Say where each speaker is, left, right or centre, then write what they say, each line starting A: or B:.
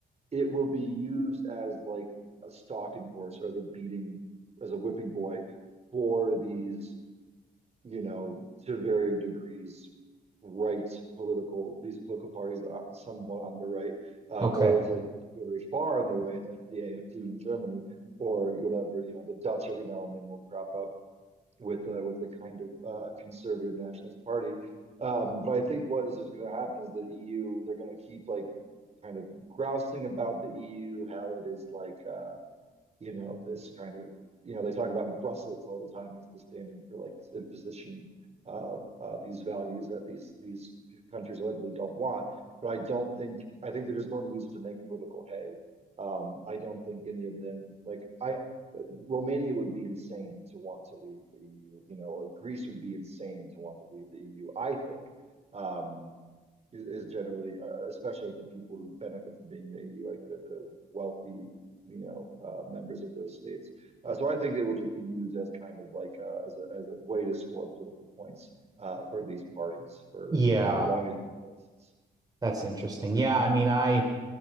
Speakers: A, on the right (about 40°); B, on the right (about 20°).
A: it will be used as like a stalking horse or as a beating, as a whipping boy for these you know, to varying degrees, right political these political parties that are somewhat on the right, um,
B: Okay.
A: or it's like very far on the right, like the AfD in Germany, or whatever. You know, the Dutch every now and then will crop up with a, with a kind of uh, conservative nationalist party. Um, but I think what is going to happen is the EU, they're going to keep like kind of grousing about the EU, how it is like uh, you know, this kind of, you know, they talk about Brussels all the time as the stand-in for like this imposition of uh, these values that these these countries allegedly don't want. But I don't think I think they're just going to use it to make political hay. Um, I don't think any of them like I Romania would be insane to want to leave the EU, you know, or Greece would be insane to want to leave the EU, I think. Um, is, is generally, uh, especially like the people who benefit from being in the EU, like the, the wealthy, you know, uh, members of those states. Uh, so I think it will just be used as kind of like uh, as a as a way to score political points uh, for these parties for
B: Yeah,
A: for as long as it exists.
B: that's interesting. Yeah, I mean, I